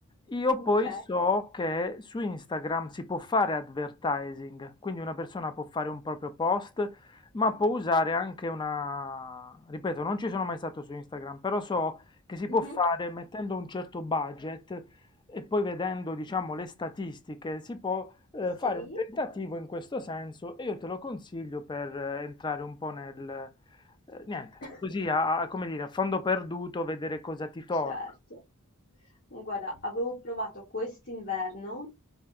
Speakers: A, on the left (about 20°); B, on the left (about 50°).
A: Io
B: Ok.
A: poi so che su Instagram si può fare advertising, quindi una persona può fare un proprio post, ma può usare anche una... Ripeto, non ci sono mai stato su Instagram, però so che si può
B: Mhm.
A: fare mettendo un certo budget e poi vedendo, diciamo, le statistiche si può eh,
B: Sì.
A: fare un tentativo in questo senso e io te lo consiglio per eh, entrare un po' nel... eh, niente,
B: <coughs>
A: così a, a- come dire, a fondo perduto, vedere cosa ti torna.
B: Certo. Guarda, avevo provato quest'inverno,